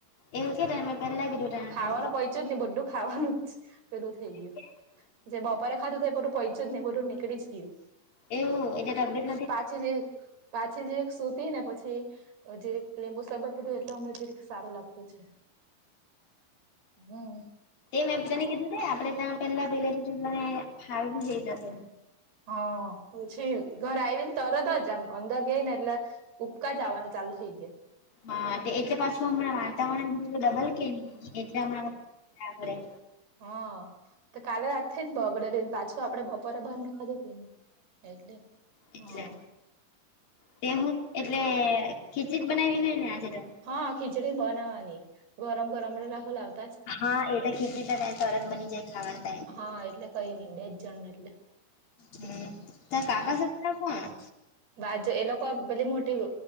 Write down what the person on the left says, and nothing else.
એવું કે મેં તને પહેલા કીધું તને
કે હું
બનાવીશ.
એવું એટલે તબિયત નથી સારી.
એ મેં તને કીધું તે આપણે ત્યાં પેલા પેલે તો તને હાર બી થઈ જશે.
હા એટલે પાછું હમણાં વાતાવરણ બી ડબલ કે નહી એટલે હમણાં પડે.
<inaudible> એટલે.
તે હું એટલે ખીચડીક બનાવી હોય ને આજે તો.
હા એ તો ખીચડી તો તરત બની જાય ખાવાનું.
હમ્મ તા
કાકા સાચરા કોણ?